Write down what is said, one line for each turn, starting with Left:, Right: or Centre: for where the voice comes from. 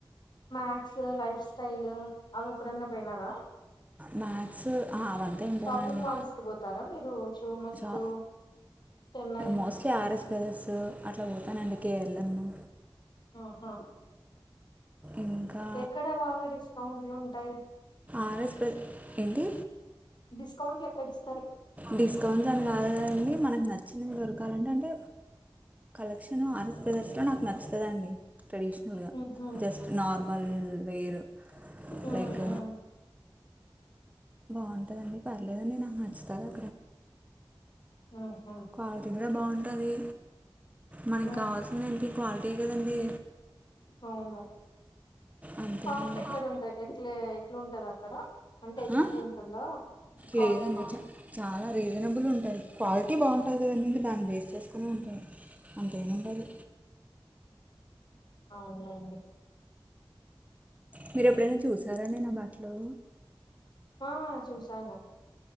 Left: మాక్స్ లైఫ్ స్టైల్ అవి ఎప్పుడన్న పోయినారా
Right: మాక్స్ అవంతా ఏం
Left: షాపింగ్
Right: పోనండి
Left: మాల్స్ కి పోతారా మీరు షూ మస్తు
Right: ష
Left: చెన్నై
Right: మోస్ట్లీ ఆర్ఎస్ బ్రదర్స్ అట్లా పో <inaudible>
Left: ఆహా
Right: ఇంకా
Left: ఎక్కడ బాగా డిస్కౌంట్లు ఉంటాయి
Right: ఆర్ఎస్ బ్రద ఏంటి
Left: డిస్కౌంట్లుయెక్కడీస్
Right: డిస్కౌంట్స్ అని కాదు కండి మనకు నచ్చిన వరు కాాలంటంటే కలెక్షన్ ఆర్స్ బ్రదర్స్ నాకు నచ్చుతది ట్రెడిషనల్గా
Left: ఉహు
Right: జస్ట్ నార్మల్ వేరు
Left: ఉ ఉ
Right: లైక్ బాగుంటదండి పర్లేదండి నాకు నచ్చ
Left: ఉహు
Right: క్వాలిటీ కూడా బాగు ఉంటది మనకి
Left: ఉ
Right: కావాల్సింది ఏంటి క్వాలిటీ కదండి
Left: అవును
Right: అంతే
Left: ఫాస్ట్
Right: అండి
Left: ఎక్కడ ఉండయి ఎట్లే అట్లుంటది అక్కడ అంటే ఎక్కువ
Right: ఆ?
Left: ఉంటుందా కాస్ట్
Right: లేదండి చా చాలా రీజనబుల్ క్వాలిటీ బాగుంటది కదండి ఇంక దాన్ని బేస్ చేసుకునే అంతెం ఉండదు
Left: అవునండి
Right: మీరు ఎప్పుడైనా చూసారాండి నా బట్టలు
Left: ఆ చూసాను